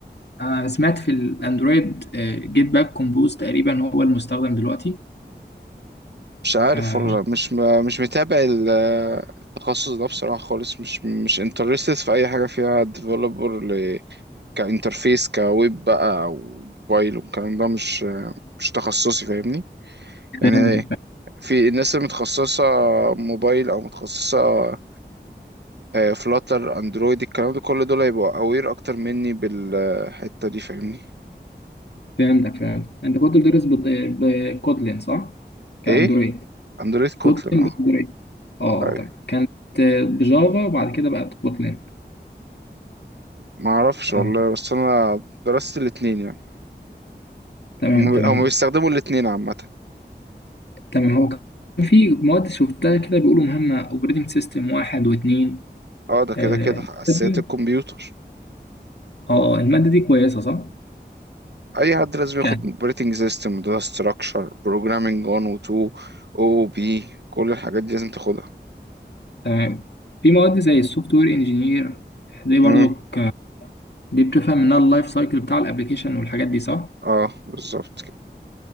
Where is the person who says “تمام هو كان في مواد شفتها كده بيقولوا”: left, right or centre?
Left